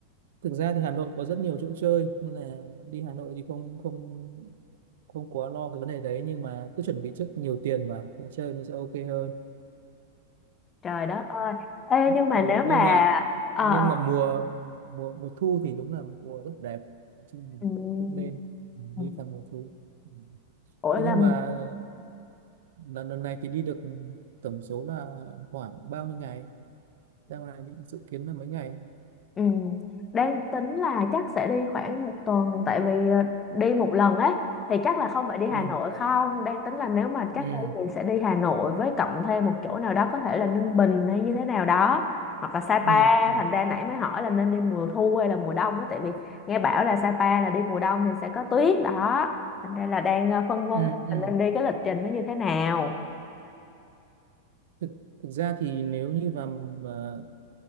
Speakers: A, on the right; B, on the left.
A: thực ra thì Hà Nội có rất nhiều chỗ chơi nên là đi Hà Nội thì không không không quá lo cái vấn đề đấy nhưng mà cứ chuẩn bị trước nhiều tiền mà để chơi nó sẽ ok hơn
B: trời đất ơi ê
A: <laughs>
B: nhưng mà
A: Rồi,
B: nếu
A: nhưng
B: mà
A: mà
B: ờ
A: nhưng
B: ờ,
A: mà mùa mùa mùa thu thì đúng là mùa rất đẹp chứ mình
B: ừm,
A: cũng cũng nên đi
B: ừm.
A: vào mùa thu Ừ.
B: ủa
A: thế nhưng
B: là
A: mà lần lần này thì đi được tổng số là khoảng bao nhiêu ngày đang này định dự kiến là mấy ngày
B: Ừ. Đang tính là chắc sẽ đi khoảng một tuần tại vì ờ, đi một lần ấy thì chắc là không phải đi Hà
A: ừ
B: Nội không đang tính là nếu mà chắc
A: ừ
B: đi thì sẽ đi Hà Nội với cộng thêm một chỗ nào đó có thể là Ninh Bình hay như thế nào đó hoặc là Sapa
A: ừ ừ
B: thành ra nãy mới hỏi là nên đi mùa thu hay là mùa đông ấy tại vì nghe bảo là Sapa là đi mùa đông thì sẽ có tuyết đó thành ra là đang ờ, phân vân
A: ừ
B: xem
A: ừ
B: là nên đi cái lịch trình nó như thế nào
A: thực thực ra thì nếu như vào vào,